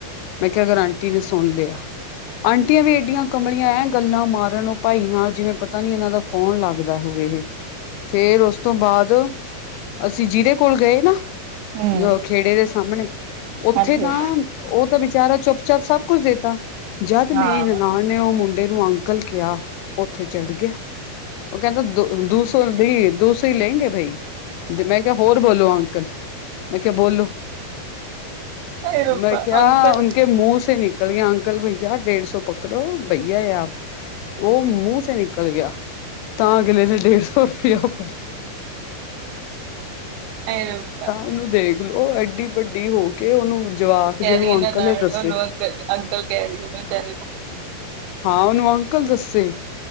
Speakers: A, on the left; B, on the right.
A: ਮੈਂ ਕਿਹਾ ਅਗਰ ਆਂਟੀ ਨੇ ਸੁਣ ਲਿਆ ਆਂਟੀਆਂ ਵੀ ਏਡੀਆਂ ਕਮਲੀਆਂ ਐ ਗੱਲਾਂ ਮਾਰਨ ਉਹ ਭਾਈ ਨਾਲ ਜਿਵੇਂ ਪਤਾ ਨੀ ਇਹਨਾਂ ਦਾ ਕੌਣ ਲੱਗਦਾ। ਹੋ ਫੇਰ ਉਸ ਤੋਂ ਬਾਅਦ ਅਸੀਂ ਜਿਹਦੇ ਕੋਲ ਗਏ ਨਾ
B: ਹੂੰ
A: ਜੋ ਖੇੜੇ ਸਾਹਮਣੇ ਉੱਥੇ
B: ਹਾਂਜੀ
A: ਤਾਂ ਉਹ ਤਾਂ ਬੇਚਾਰਾ ਚੁੱਪ ਚਾੱਪ ਸਭ ਕੁਛ ਦੇਤਾ ਜਦ
B: ਹਾਂ
A: ਮੇਰੀ ਨਨਾਣ ਨੇ ਉਹ ਮੁੰਡੇ ਨੂੰ ਅੰਕ ਕਲ ਕਿਆ ਉੱਥੇ ਚੜ੍ਹ ਗਿਆ ਉਹ ਕਹਿੰਦਾ ਦੋ ਦੋ ਸੌ ਵੀ ਦੋ ਸੌ ਲੈਗੇ ਬਈ ਤੇ ਮੈਂ ਕਿਹਾ ਹੋਰ ਬੋਲੋ ਅੰਕਲ ਮੈਂ ਕਿਹਾ ਬੋਲੋ
B: ਐ ਰੱਬਾ
A: ਮੈਂ ਕਿਹਾ
B: ਅੰਕਲ
A: ਉਨ ਕੇ ਮੁੂੰਹ ਸੇ ਨਿਕਲ ਗਿਆ ਅੰਕ ਅੰਕਲ ਭਈਆ ਡੇਢ ਸੌ ਪਕੜੋ ਬਈ ਆ ਆਪ ਉਹ ਮੁੂੰਹ ਸੇ ਨਿਕਲ ਗਿਆ ਤਾਂ ਅਗਲੇ ਨੇ ਡੇਢ ਸੌ ਰੁਪਇਆ ਫ
B: ਹਾਏ ਰੱਬਾ
A: ਉਹਨੂੰ ਦੇਖਲੋ ਐਡੀ ਵੱਡੀ ਹੋ ਕੇ ਉਹਨੂੰ ਜਵਾਕ
B: ਓਹ ਕਹਿ
A: ਜਿਹਨੂੰ
B: ਰਹੀ ਆ
A: ਅੰਕਲ
B: ਨਾ ਨਾਲ
A: ਏ ਦੱਸੇ
B: ਉਹਨ ਅੰਕਲ-ਅੰਕਲ ਕਹਿ ਰਹੀ ਆ ਉਹਨੂੰ ਬੇਚਾਰੇ ਨੂੰ
A: ਹਾਂ ਉਹਨੂੰ ਅੰਕਲ ਦੱਸੇ